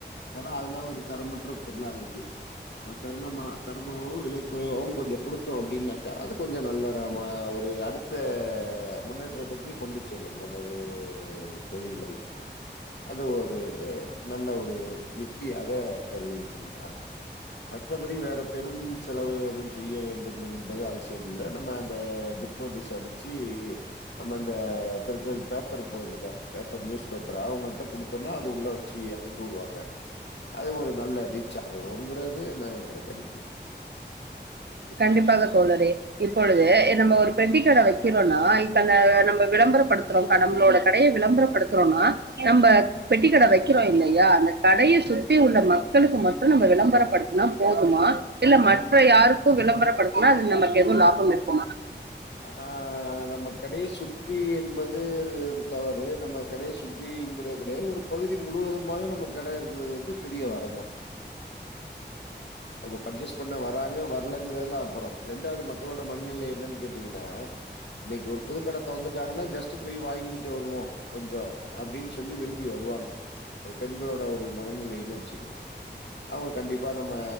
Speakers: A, on the left; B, on the right.
A: க அதெலா ஒரு தரமற்ற பொருளா இருக்கு அவ தருணமா தரமாவு விலை குறைவாவு கொ ஞ்ச குடுத்தோ அப்டினாக்கா அது கொஞ்சோ நல்லா நாம ஒரு அடுத்த முன்னேற்றத்துக்கு கொண்டு செல்லும் நமது தொழிலை
B: <inaudible>
A: அது ஒரு நல்ல ஒரு யுத்தியாக கருதுகின்றேன் நான் மற்றபடி வேற பெரும் செலவு எதும் செய்ய வேண்டும் என்பது அவசியம் இல்ல நம்ம அந்த பிட் நோட்டீஸ் அடிச்சு நம்ம அந்த தெருக்கள் பேப்பர் போதுல பேப்பர் நியூஸ் பேப்பர் அவங்கள்ட்ட குடுத்தோனா அது உள்ள வச்சு அனுப்பி வுடுவாங்க அது ஒரு நல்ல ரீ ச்சாகுங்கறது நா என்னோட கணிப்பு
B: கண்டிப்பாக தோழரே இப்பொழுது நம்ம ஒரு பெட்டி கட வெக்கிறோனா இப்பந்த நம்ம விள ம்பரப்படுத்துறோ நம்மளோட கடைய விளம்பரப்படுத்துறோனா நம்ப பெட்டி கட வெக்கிறோ இல்லையா அந்த கடைய சுத்தி உள்ள மக்களுக்கு மட்டு நம்ம விளம்பரப்படுத்துனா போதுமா இல்ல மற்ற யாரு க்கு விளம்பரப்படுத்துனா அது நமக்கு எது லாபம் இருக்குமா
A: ஆ நம்ம கடைய சுற்றி என்பது அது ஒரு தவறு நம்ம கடைய சுற்றி ங்ற கெடையாது ஒரு பகுதி முழுவதுமாக நம்ம கடை இருக்கறது வந்து தெரிய வரணு அவுங்க பர்ச்சேஸ் பண்ண வராங்க வர்லங்கிறதுலா அப்பற ரெண்டாவது மக்களோட மனநிலை என்னனு கேட்டிங்கனா இன்னைக்கு ஒரு புதுக் கட தொறந்துருக்காங்கனா ஜஸ்ட்டு போய் வாங்கி ட்டு வருவோ கொஞ்சோ அப்டின் சொல்லி விரும்பி வருவாங்க அது பெண்களோட ஒரு மனநிலை வச்சுக்குங்க அவுங்க கண்டிப்பா நம் ம